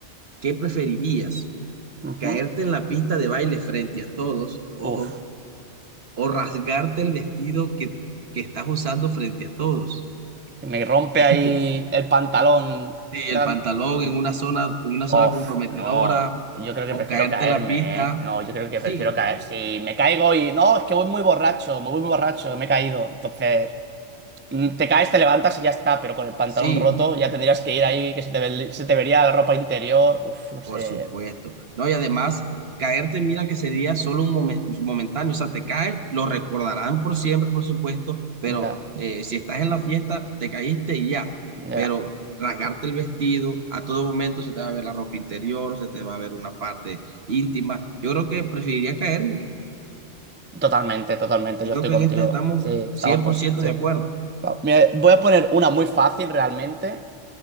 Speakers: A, on the right; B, on the right.
A: ¿qué preferirías?
B: Ujú.
A: ¿Caerte en la pista de baile frente a todos, ojo,
B: Uf.
A: o rasgarte el vestido que, que estás usando frente a todos?
B: Si me rompe
A: <laughs>
B: ahí el pantalón.
A: Sí,
B: gran-
A: el pantalón en una zona, en una zona
B: Uf,
A: comprometedora,
B: no, yo creo que
A: o
B: prefiero
A: caerte
B: caerme,
A: en la pista.
B: ¿eh? No, yo creo que
A: Sí,
B: prefiero caer. Si me caigo y... No, es que voy muy borracho, me voy muy borracho, me he caído. Entonces, mm, te caes, te levantas y ya está, pero con el pantalón
A: sí.
B: roto ya tendrías que ir ahí, que se te, ve- se te vería la ropa interior. Uf, no sé.
A: Por supuesto. No, y además, caerte, mira que sería solo un momen- momentáneo, o sea, te caes, lo recordarán por siempre, por supuesto, pero
B: Ya,
A: eh, si estás en la fiesta, te caíste y ya.
B: ya.
A: Pero rasgarte el vestido, a todo momento se te va a ver la ropa interior, se te va a ver una parte íntima. Yo creo que preferiría caerme.
B: Totalmente, totalmente,
A: Yo
B: yo
A: creo
B: estoy
A: que
B: contigo.
A: en este estamos
B: Sí, estamos
A: cien
B: con...
A: por ciento
B: Sí.
A: de acuerdo.
B: Va, mira, voy a poner una muy fácil realmente.